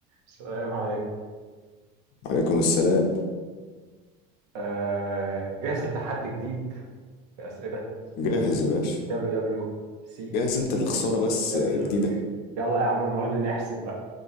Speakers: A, on the right; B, on the left.
A: السلام عليكم
B: عليكم السلام
A: آه جاهز لتحدي جديد في أسئلة
B: جاهز يا باشا
A: دبليو دبليو سي
B: جاهز انت لخسارة بس
A: دبليو
B: جديدة
A: دبليو اي يلا يا عم المرة دي نحسب بقى